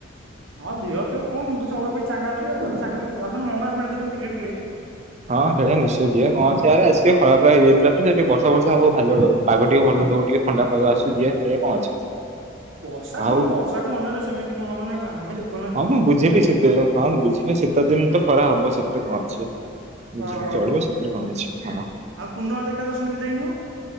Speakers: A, on the right (about 75°); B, on the right (about 35°).
A: ହଁ ଦେହ ପେହ କଣ ମୁଁ ତ ସବୁ ବେଳେ ପାଇଁ ଚାଙ୍ଗା ରହେ, ଆଉ ଚାଙ୍ଗା, ଆସୁନୁ ମଙ୍ଗଳା ଫୁଲି କେତେବେଳେ କ୍ରିକେଟ ଖେଳିବା
B: ହଁ ସେଟା ନିଶ୍ଚୟ ଯିବା, କଣ ଅଛି ଆରେ, ଆସିବି ଖରାପା ହେଇଯାଇଥିଲା ତ ସେଠିକି ବର୍ଷା ବର୍ଷା ହଉ ଖାଲୁଆ ରହୁଛି। ପାଗ ଟିକେ ଭଲ ଦଉ ଟିକେ ଥଣ୍ଡା ପାଗ ଆସୁ ଯିଆ ଖେଳିଆ କଣ ଅଛି।
A: ବର୍ଷା
B: ଆଉ
A: କଣ ବର୍ଷାକୁ ମ ଅନେଲେ ସେମିତି କଣ ହବ ନା କଣ ଆମେ ଜଦି
B: ହଁ ମୁଁ ବୁଝିଲି ଶୀତ ହଁ ମୁଁ ବୁଝିଲି ଶୀତ ଦିନ ତ ଖରା ହବ ସେଥିରେ କଣ ଅଛି। ବି
A: ଓହୋ
B: ଚଳିବ ସେଥିରେ କହ ଅଛି ହଁ।
A: ଆଉ କୁନୁଆ ଦେଖା ଦର୍ଶନ ବି ଦେଇନ।